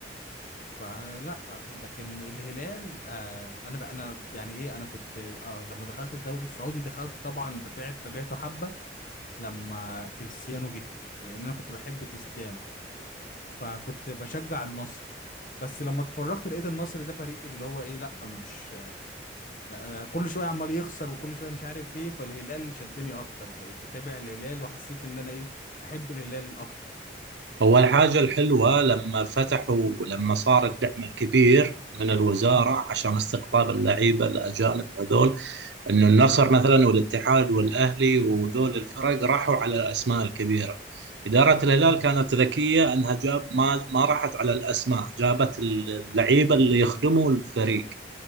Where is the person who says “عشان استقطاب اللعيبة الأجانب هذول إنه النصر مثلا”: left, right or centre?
Right